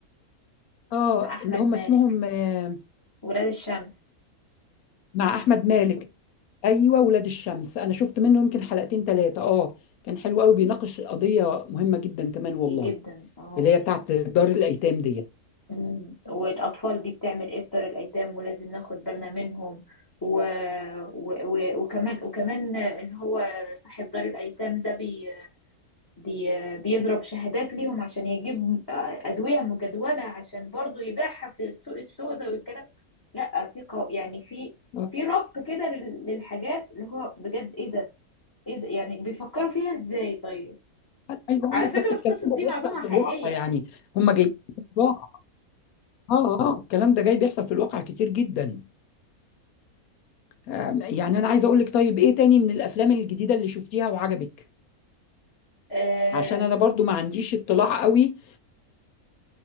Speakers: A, on the left; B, on the left.
A: اه
B: مع احمد
A: اللي هم
B: مالك
A: اسمهم آه،
B: ولاد الشمس
A: مع أحمد مالك ايوه ولاد الشمس انا شفت منه يمكن حلقتين ثلاثه اه كان حلو قوي بيناقش قضيه مهمه جدا كمان والله
B: جدا اه
A: اللي هي بتاعت دار الايتام دي
B: أمم، والاطفال دي بتعمل ايه في دار الايتام ولازم ناخد بالنا منهم و... و... و... وكمان وكمان ان هو صاحب دار الايتام ده بي... بي- بيضرب شهادات ليهم عشان يجيب أدوية مجدولة عشان برضو يبيعها في السوق السوداء والكلام لا في قو... يعني في
A: آه.
B: في ربط كده لل- للحاجات اللي هو بجد ايه ده ايه ده يعني بيفكروا فيها ازاي طيب
A: انا عايز اقول
B: على
A: لك
B: فكرة
A: بس
B: القصص
A: الكلام ده
B: دي
A: بيحصل
B: معظمها حقيقية
A: في الواقع
B: يعني
A: يعني هم جايين في الواقع اه اه الكلام ده جاي بيحصل في الواقع كتير جدا آه، يعني انا عايز اقول لك طيب ايه تاني من الافلام الجديده اللي شفتيها وعجبك
B: آه
A: عشان انا برضو ما عنديش اطلاع قوي